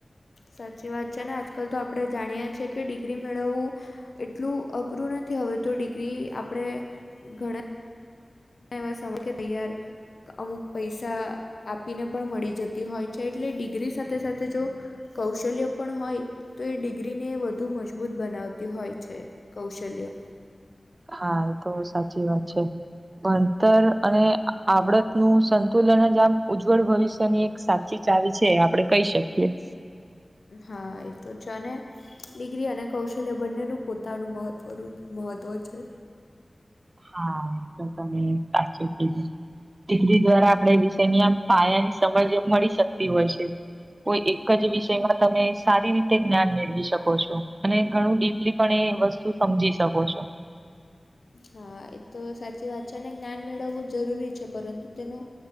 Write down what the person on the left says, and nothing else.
સાચી વાત છે ને આજકાલ તો આપણે જાણીએ છીએ કે ડિગ્રી મેળવવું એટલું અઘરું નથી હવે તો ડિગ્રી આપણે ઘણા <unintelligible> તૈયાર અમુક પૈસા આપીને પણ મળી જતી હોય છે એટલે ડિગ્રી સાથે સાથે જો કૌશલ્ય પણ હોય તો એ ડિગ્રીને વધુ મજબૂત બનાવતી હોય છે કૌશલ્ય.
હા એ તો છ ને. ડિગ્રી અને કૌશલ્ય બંનેનું પોતાનું મહત્વનું મહત્ત્વ છે.
હા એ તો સાચી વાત છે અને જ્ઞાન મેળવવું જરૂરી છે પરંતુ તેનું